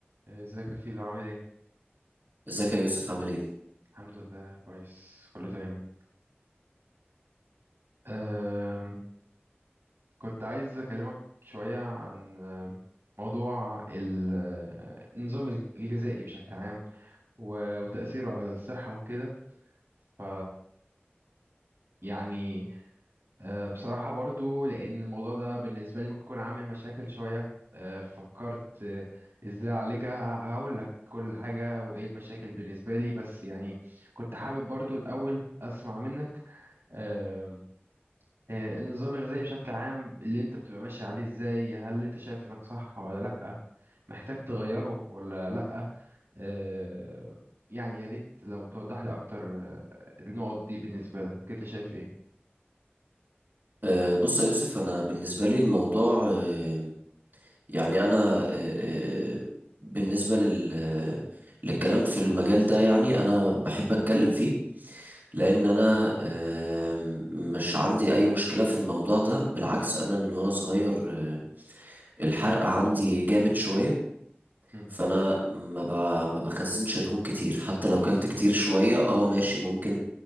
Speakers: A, on the right; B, on the right.
A: آه، ازيك يا فيلو عامل ايه؟
B: ازيك يا يوسف عامل ايه؟
A: الحمد لله كويس كله تمام أم كنت عايز اكلمك شوية عن أم، موضوع ال- أه، النظام الج- الغذائي بشكل عام و- وتأثيره على الصحة وكده ف يعني أه، بصراحة برضو لأن الموضوع ده بالنسبة لي ممكن يكون عامل مشاكل شوية أه، فكرت أه، إزاي أعالجها هقول لك كل حاجة وإيه المشاكل بالنسبة لي بس يعني كنت حابب برضو الأول أسمع منك أه، أه، النظام الغذائي بشكل عام اللي أنت بتبقى ماشي عليه إزاي هل أنت شايف إنك صح ولا لأ محتاج تغيره ولا لأ أه، يعني يا ريت لو توضح لي أكتر أه، النقط دي بالنسبة لك أنت شايف إيه؟
B: أه بص يا يوسف انا بالنسبه لي الموضوع أه يعني انا أه أه بالنسبه لل آه، للكلام في المجال ده يعني انا بحب اتكلم فيه لان انا أه مش عندي اي مشكله في الموضوع ده بالعكس انا من وانا صغير أه الحرق عندي جامد شويه
A: مم.
B: فانا ما ب... ما بخزنش دهون كتير حتى لو كلت كتير شويه اه ماشي ممكن